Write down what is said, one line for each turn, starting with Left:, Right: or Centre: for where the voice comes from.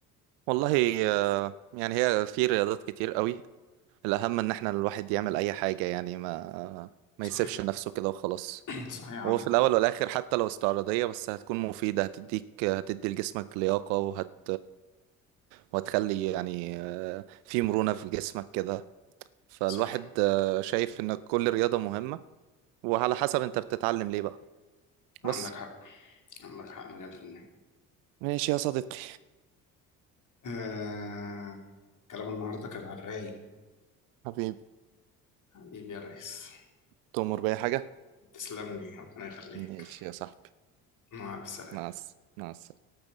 Right: والله آه، يعني هي في رياضات كتير قوي الأهم إن احنا الواحد يعمل أي حاجة يعني ما
Left: صحيح
Right: ما يسيبش نفسه كده وخلاص
Left: <clears throat> صحيح عندك
Right: وفي الأول
Left: حق
Right: والآخر حتى لو استعراضية بس هتكون مفيدة هتديك هتدي لجسمك لياقة وهت وتخلي يعني آه، في مرونة في جسمك كده فالواحد
Left: صح
Right: آه، شايف ان كل رياضة مهمة وعلى حسب انت بتتعلم ليه بقى
Left: عندك
Right: بس
Left: حق عندك حق مليون في المية
Right: ماشي يا صديقي
Left: آه كلام النهاردة كان على الرايق
Right: حبيبي
Left: حبيبي يا ريس
Right: تؤمر بأي حاجة
Left: تسلم لي ربنا يخليك
Right: ماشي يا صاحبي
Left: مع الف سلامة
Right: مع الس- مع السلامة